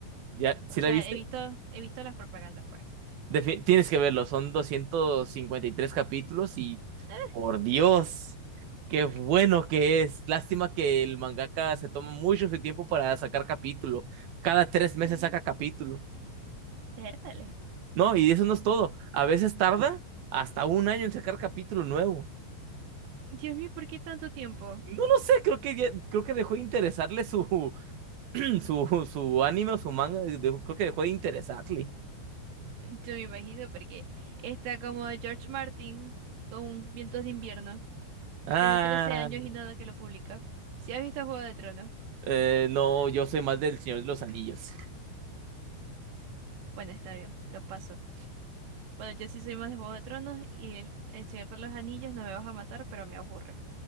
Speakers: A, on the right (about 65°); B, on the right (about 85°).
A: ¿Ya? ¿Sí
B: O sea,
A: la viste?
B: he visto, he visto las propagandas, pues.
A: Defi- tienes que verlo, son 253 capítulos y
B: <laughs>
A: por Dios,
B: ¿Qué?
A: qué bueno que es. Lástima que el mangaka se toma mucho su tiempo para sacar capítulo. Cada tres meses
B: Ajá.
A: saca capítulo.
B: Vértale.
A: No, y eso no es todo. A veces tarda hasta un año en sacar capítulo nuevo.
B: Dios mío, ¿por qué tanto tiempo?
A: No lo sé, creo que ya- creo que dejó de interesarle su, <clears throat> su, su anime o su manga, dejó- creo que dejó de interesarle.
B: Yo me imagino porque está como George Martin con Vientos de Invierno.
A: Ah,
B: Tiene 13 años y nada que lo publica. Si has visto Juego de Tronos,
A: eh, no, yo soy más del Señor de los Anillos.
B: bueno, está bien, lo paso. Bueno, yo sí soy más de Juego de Tronos y el, el Señor de los Anillos no me vas a matar, pero me aburre.